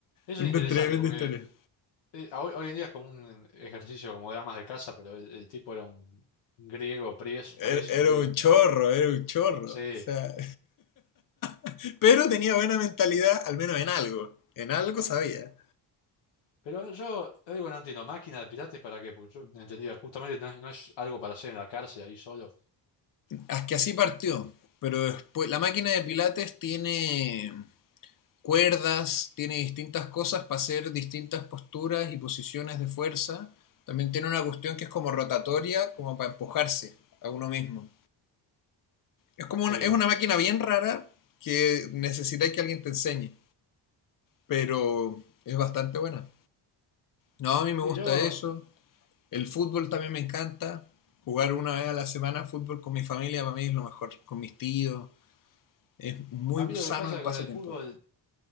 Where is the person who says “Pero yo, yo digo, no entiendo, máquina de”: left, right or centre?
Left